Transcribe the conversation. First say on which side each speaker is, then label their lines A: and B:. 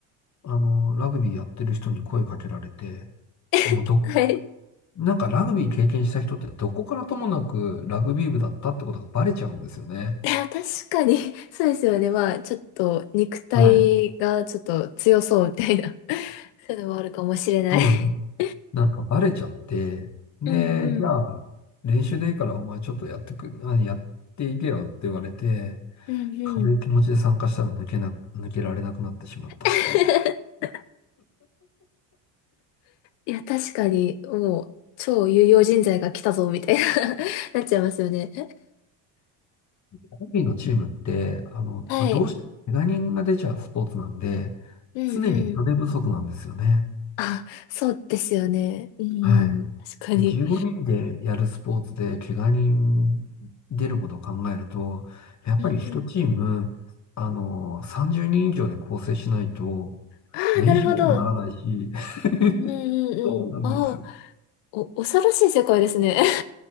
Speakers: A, on the left; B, on the left.
A: あの、ラグビーやってる人に声かけられて、
B: <laughs>
A: もうどこ、
B: はい。
A: なんかラグビー経験した人ってどこからともなくラグビー部だったってことがバレちゃうんですよね。
B: いや、確かに、<laughs> そうですよね。まあ、ちょっと、肉体がちょっと強そうみたいな、
A: はい。
B: <laughs> そういうのもあるかもしれない。
A: そうなん
B: <laughs>
A: なんかバレちゃって、で、
B: うんうん。
A: じゃあ、練習でいいからお前ちょっとやってく、あやっていけよって言われて、
B: うんうん。
A: 軽い気持ちで参加したら抜けな、抜けられなくなってしまったっていう。
B: <laughs> いや、確かに、もう、超有用人材が来たぞ、みたいな <laughs> なっちゃいますよね。
A: ラグビーのチームって、あの、
B: はい。
A: まあ、どうしても怪我人が出ちゃうスポーツなんで、
B: うんうん。
A: 常に人手不足なんですよね。
B: あ、そうですよね。うんうん。
A: はい。
B: 確かに。
A: で、15人でやるスポーツで怪我人出ることを考えると、やっぱり一チーム、
B: うんうん。
A: あの、30人以上で構成しないと、
B: ああ、
A: 練習にもならないし、
B: なるほど。
A: <laughs>
B: うんうんうん。
A: そうなんです。
B: ああ、お、恐ろしい世界ですね。